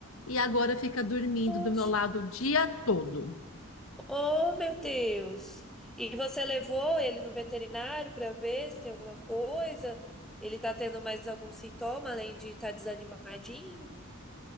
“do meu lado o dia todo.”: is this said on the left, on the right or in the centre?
Left